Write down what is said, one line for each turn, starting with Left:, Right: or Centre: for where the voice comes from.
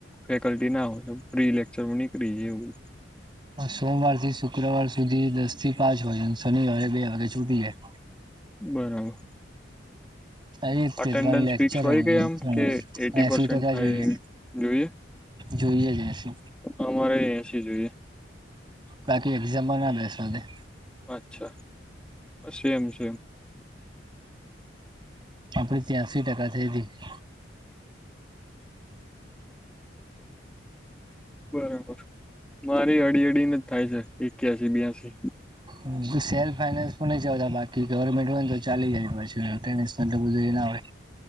Centre: ફેકલ્ટી ના હોય પ્રી લેક્ચર નીકળી એવ બું
Right: સોમવાર થી શુક્રવાર સુધી દસ થી પાંચ વાગે શનિવારે બે વાગે છૂટી જાય
Centre: બરાબર
Right: હ એ
Centre: અટેન્ડન્સ
Right: ત્રણ લેક્ચર
Centre: ફિક્સ હોય કે આમ
Right: ત્રણ
Centre: કે એટી
Right: એસીી
Centre: પર્સેન્ટ
Right: ટકા
Centre: થાય
Right: જોઈએ
Centre: જોઈએ
Right: જોઈએ જશે
Centre: અમારે એસી જોઈએ
Right: બાકી એક્ઝામમાં ના બેસવા દે
Centre: અચ્છા સેમ સેમ
Right: આપડી ત્યાસીી ટકા થઈ હતીી
Centre: બરાબર મારી અડી અડીને જ થાય છે એક ક્યાસીી બ્યાસી
Right: હ હ ત સેલ્ફ ફાઈઇન્સ પણ નઈ જતા બાકી ગવર્મેન્ટ હોય ને તો ચાલી જાય પછી બધ એ ના હોય